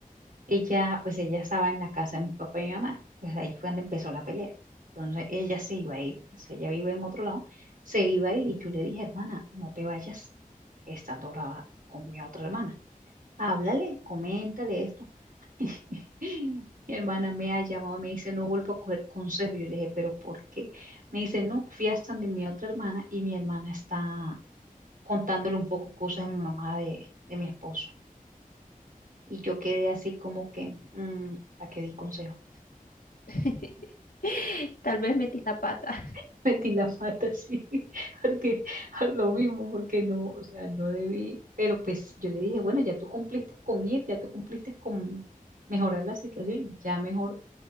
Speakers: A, on the right; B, on the left.
A: ella, pues ella estaba en la casa de mi papá y mi mamá. Pues ahí fue donde empezó la pelea. Entonces ella se iba a ir, pues, ella vive en otro lado, se iba a ir y yo le dije, hermana, no te vayas, estando brava con mi otra hermana. Háblale, coméntale esto. <laughs> Mi hermana me ha llamado, me dice, no vuelvo a coger consejo. Yo le dije, ¿pero por qué? Me dice, no, fui hasta de mi otra hermana y mi hermana está contándole un poco cosas de mi mamá, de, de mi esposo. Y yo quedé así como que, ¿para qué di consejo?
B: <laughs> Tal vez metí la pata.
A: <laughs> Metí la pata así, <laughs> porque por lo mismo, porque no, o sea, no debí. Pero pues yo le dije, bueno, ya tú cumpliste con ir, ya tú cumpliste con mejorar la situación, ya mejor